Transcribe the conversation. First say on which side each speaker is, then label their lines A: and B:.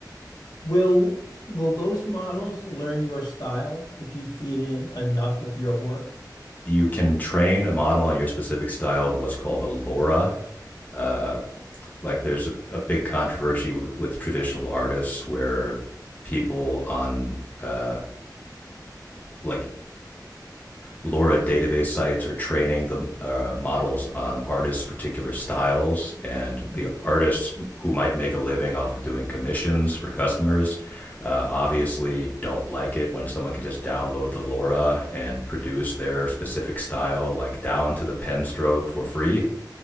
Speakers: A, on the left; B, on the left.
A: Will will those models learn your style if you feed in enough of your work?
B: You can train a model on your specific style with what's called a LoRa. Uh, like there's a, a big controversy w- with traditional artists where people on uh, like LoRa database sites are training the uh, models on artists' particular styles, and
A: hmm
B: the artists who might make a living off of doing commissions for customers uh, obviously don't like it when someone can just download the LoRa and produce their specific style, like down to the pen stroke, for free.